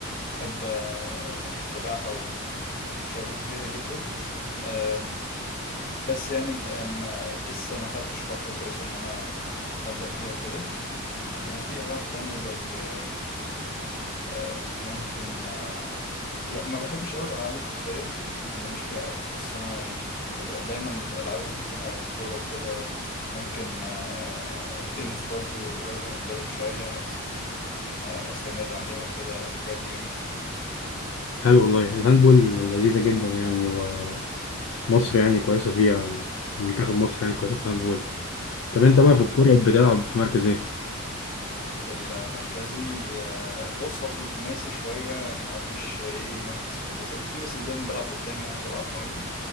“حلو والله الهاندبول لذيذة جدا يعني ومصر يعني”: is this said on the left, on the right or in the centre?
Left